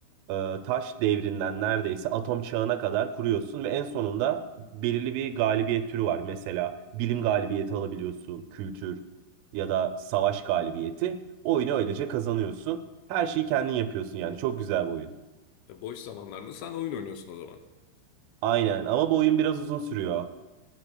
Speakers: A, on the right; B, on the left.
A: E, Taş devrinden neredeyse atom çağına kadar kuruyorsun ve en sonunda belirli bir galibiyet türü var. Mesela bilim galibiyeti alabiliyorsun, kültür ya da savaş galibiyeti. Oyunu öylece kazanıyorsun. Her şeyi kendin yapıyorsun yani. Çok güzel bir oyun.
B: Ee, Boş zamanlarında sen oyun oynuyorsun o zaman.
A: Aynen ama bu oyun biraz uzun sürüyor.